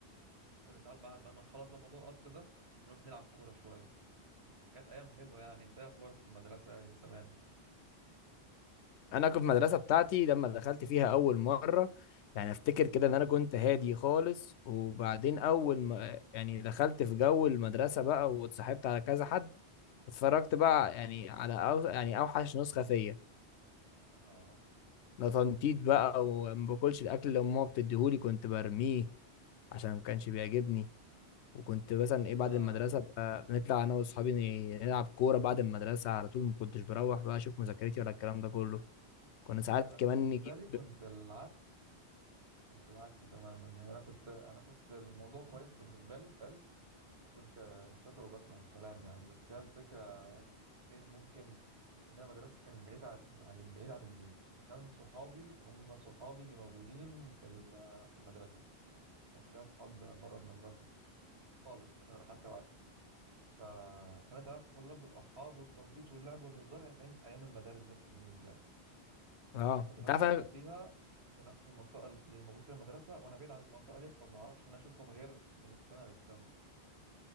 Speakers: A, on the right (about 70°); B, on the left (about 80°).
A: كنا ساعات بقى بعد ما نخلص بقى موضوع القطر ده نروح نلعب كوره شويه كانت ايام حلوه يعني انت إيه اخبارك في المدرسه يا زمان
B: انا كنت في المدرسه بتاعتي لما دخلت فيها اول مره يعني افتكر كده ان انا كنت هادي خالص وبعدين اول ما يعني دخلت في جو المدرسه بقى واتصاحبت على كذا حد اتفرجت بقى يعني على أو يعني اوحش نسخه فيا
A: اه
B: ده تنطيط بقى وما باكلش الاكل اللي امها بتديهولي كنت برميه عشان ما كانش بيعجبني وكنت مثلا ايه
A: انا
B: بعد المدرسه بقى بنطلع انا واصحابي ن- نلعب كوره بعد المدرسه على طول ما كنتش بروح بقى اشوف مذاكرتي ولا الكلام ده كله كنا ساعات
A: انا بالنسبه
B: كمان نجيب
A: لي كنت العكس كنت العكس تماما يعني انا كنت انا كنت الموضوع كويس بالنسبه لي حلو وكنت شاطر وبسمع الكلام يعني بس هي الفكره فين ممكن ان انا مدرستي كانت بعيد عن عن بعيد عن البيت وكان صحابي هم صحابي اللي موجودين في ال- في المدرسه ما كانش ليا صحاب بره المدرسه خالص يعني ولا حتى واحد فكانت علاقتي كلها بالاصحاب والتنطيط واللعب والهزار هي كانت ايام المدارس بس بالنسبه لي اصحاب
B: اه
A: المدرسه
B: انت عارف
A: اللي انا
B: أنا-
A: فيها في نفس المنطقه اللي موجود فيها المدرسه وانا بعيد عن المنطقه ديت فما اعرفش ان انا اشوفهم غير من السنه للسنه